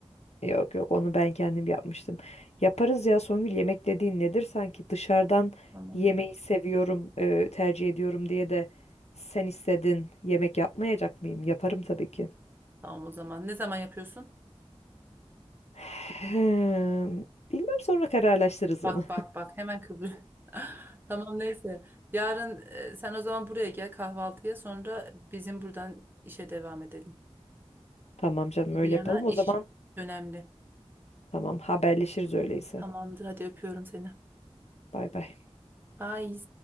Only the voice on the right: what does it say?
tamam.
Tamam o zaman. Ne zaman yapıyorsun?
Bak
bak bak hemen kıvır. <laughs> Tamam neyse. Yarın e, sen o zaman buraya gel kahvaltıya sonra bizim buradan işe devam edelim.
bir yana
iş
önemli.
Tamamdır hadi öpüyorum seni.
Bye.